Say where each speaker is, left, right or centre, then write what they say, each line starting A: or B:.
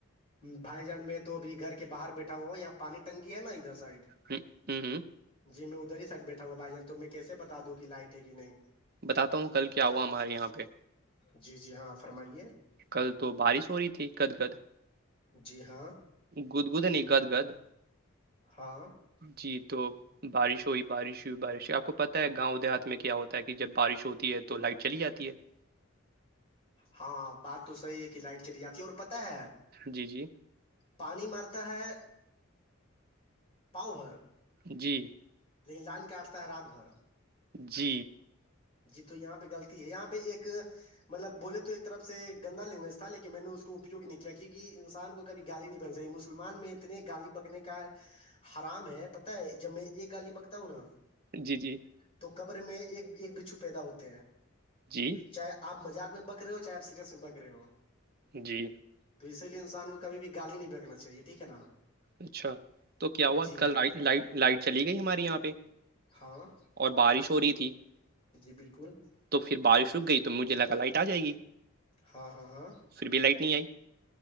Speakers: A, on the left; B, on the right.
A: بھائی جان میں تو ابھی گھر کے باہر بیٹھا ہوا یہاں پانی ٹنکی ہے نا ادھر سائڈ
B: ہ ہ
A: جی میں ادھر ہی سائیڈ بیٹھا ہوا ہو بھائی جان تو میں کیسے بتا دوں کہ لائٹ ہے کہ نہیں
B: بتاتا ہوں کل کیا ہوا ہمارے یہاں پہ
A: جی جی ہاں فرمائیے
B: کل تو بارش ہو رہی تھی کد کد
A: جی ہاں
B: گدگد نہیں گد گد
A: ہاں
B: جی تو بارش ہوئی بارش ہوئی بارش ہوئی آپ کو پتہ ہے گاؤں دیہات میں کیا ہوتا ہے کہ جب بارش ہوتی ہے تو لائٹ چلی جاتی ہے <inaudible>
A: ہاں بات تو صحیح ہے کہ لائٹ چلی جاتی ہے اور پتا ہے
B: جی جی
A: پانی مارتا ہے پاؤ بھر
B: جی
A: لیکن لائن کاٹتا ہے رات بھر
B: جی
A: جی تو یہاں پہ غلطی ہے یہاں پہ ایک مطلب بولے تو ایک طرف سے گندا لینگویج تھا لیکن میں نے اس کو اپیوگ نہیں کیا کیوںہ انسان کو کبھی گالی نہیں بکنی چاہیے مسلمان میں اتنے گالی بکنے کا حرام ہے پتاہ ہے جب میں ایک گالی بکتا ہوں نا
B: جی جی
A: تو قبر میں ایک ایک بچھو پیدا ہوتے ہیں
B: جی
A: چاہے آپ مذاق میں بک رہے ہو چاہے آپ سیریس میں بک رہے ہو
B: جی
A: تو اسی لیے انسان کو کبھی بھی گالی نہیں بکنا چاہیے ٹھیک ہے نا
B: اچھا تو کیا ہوا
A: جی
B: کل لائٹ لائٹ چلی گئی ہمارے یہاں پہ
A: ہاں
B: اور بارش ہو رہی تھی
A: جی بالکل
B: تو پھر بارش اک گئی تو مجھے لگا لائٹ آ جائے گی
A: ہاں ہاں ہاں
B: پھر بے لائٹ نہیں آئی